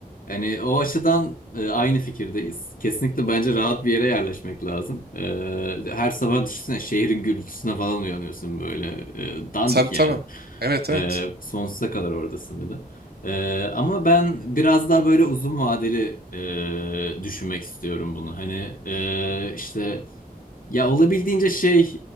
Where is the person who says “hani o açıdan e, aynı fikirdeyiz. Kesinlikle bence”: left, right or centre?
Left